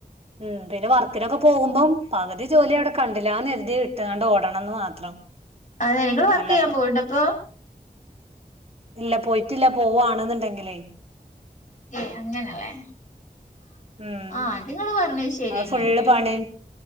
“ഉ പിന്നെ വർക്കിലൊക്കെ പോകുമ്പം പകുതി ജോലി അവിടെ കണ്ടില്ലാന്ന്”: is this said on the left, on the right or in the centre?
Right